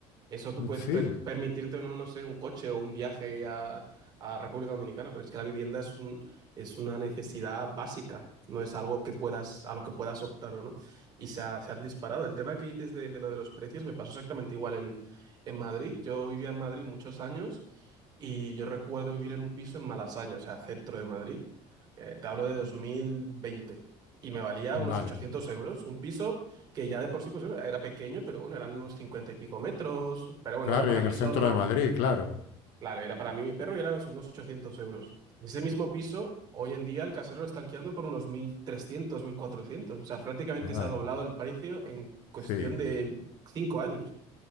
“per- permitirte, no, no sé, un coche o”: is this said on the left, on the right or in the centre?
Right